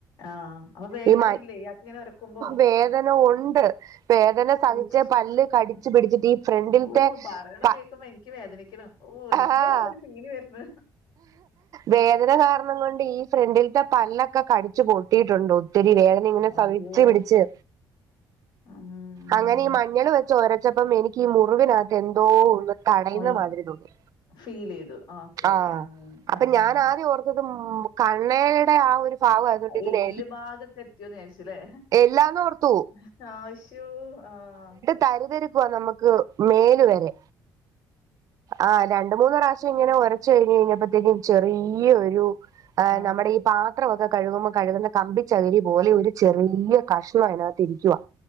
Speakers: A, on the left; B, on the right.
A: ആഹ് അപ്പൊ വേദനയില്ലേ
B: ഈ മ
A: ഇയാക്കിങ്ങനെ ഒരക്കുമ്പോ?
B: വേദന ഉണ്ട് വേദന സഹിച്ച്
A: ഉഫ്
B: പല്ല് കടിച്ച് പിടിച്ചിട്ട് ഈ ഫ്രണ്ടിലത്തെ
A: ഓ! പറയണ
B: പ
A: കേക്കുമ്പോ എനിക്ക് വേദനിക്കണു ഓ എന്തോ
B: ആഹ്
A: ഒരു ഫീല് വരുന്ന
B: വേദന കാരണം കൊണ്ട് ഈ ഫ്രണ്ടിലത്തെ പല്ലൊക്കെ കടിച്ചു പൊട്ടിയിട്ടുണ്ടോ ഒത്തിരി വേദന ഇങ്ങനെ
A: അയ്യോ!
B: സഹിച്ച് പിടിച്ച്
A: മ്മ്.
B: അങ്ങനെ ഈ മഞ്ഞൾ വെച്ച് ഒരച്ചപ്പം എനിക്ക് ഈ മുറിവിനകത്ത് എന്തോ ഒന്ന് തടയുന്ന
A: ഉള്ളത്
B: മാതിരി തോന്നി
A: ഫീൽ ചെയ്തു ആഹ് ഓക്കെ.
B: ആഹ് അപ്പൊ
A: ആഹ്.
B: ഞാൻ ആദ്യം ഓർത്തത് കണ്ണയുടെ ആ ഒരു ഭാഗം ആയതുകൊണ്ട് ഇതിന്
A: എല്ല് ഭാഗത്ത് എത്തിയന്ന് വിചാരിച്ചില്ലേ
B: എല്ലാന്ന് ഓർത്തു
A: <unintelligible> ആഹ്
B: തരുതരിക്കുവാ നമ്മുക്ക് മേല് വരെ ആഹ് രണ്ട് മൂന്ന് പ്രാവശ്യം ഇങ്ങനെ ഒര ച്ച് കഴിഞ്ഞപ്പോത്തേക്കും ചെറിയ ഒരു
A: ആഹ്.
B: നമ്മുടെ ഈ പാ പത്രൊക്കെ കഴുകുമ്പോൾ കഴുകുന്ന കമ്പിച്ചകിരി പോലെ ഒരു ചെറിയ കഷ്ണം അതിനകത്ത് ഇരിക്കുവാ